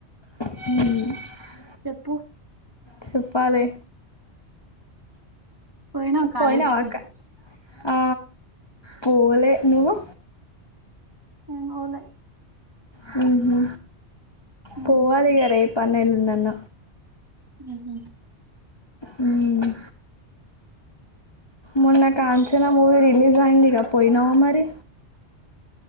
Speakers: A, on the left (about 25°); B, on the right (about 20°).
A: మ్మ్
B: చెప్పు
A: చెప్పాలే
B: పోయినావా కాలేజీకి
A: పోయినవ అక్క ఆ పోలే నువ్వు
B: నేన్ పోలే
A: మ్ హూ
B: ఉహు.
A: పోవాలిగ రేపన్న ఎల్లుండన్న
B: మ్ హూ
A: మ్ మొన్న కాంచన మూవీ రిలీజయిందిగ పోయినావ మరి